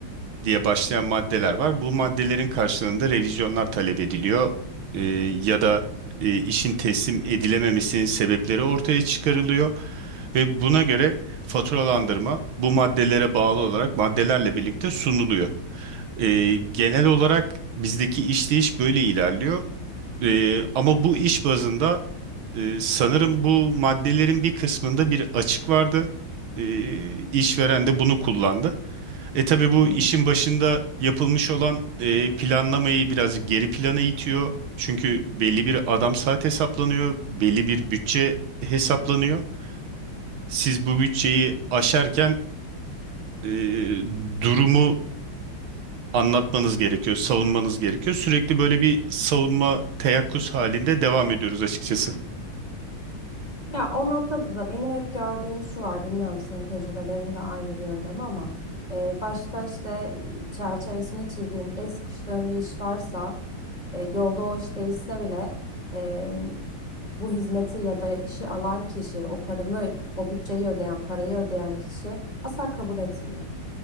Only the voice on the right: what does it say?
diye başlayan maddeler var. Bu maddelerin karşılığında revizyonlar talep ediliyor Ee, ya da e, işin teslim edilememesinin sebepleri ortaya çıkarılıyor ve buna göre faturalandırma bu maddelere bağlı olarak maddelerle birlikte sunuluyor. Ee, genel olarak bizdeki işleyiş böyle ilerliyor. Ee, ama bu iş bazında ee, sanırım bu maddelerin bir kısmında bir açık vardı. Ee, işveren de bunu kullandı. E tabii bu
işin başında yapılmış olan e, planlamayı biraz geri plana itiyor. Çünkü belli bir adam saat hesaplanıyor, belli bir bütçe hesaplanıyor. Siz bu bütçeyi aşarken e, durumu anlatmanız gerekiyor, savunmanız gerekiyor. Sürekli böyle bir savunma teyakkuz halinde devam ediyoruz açıkçası.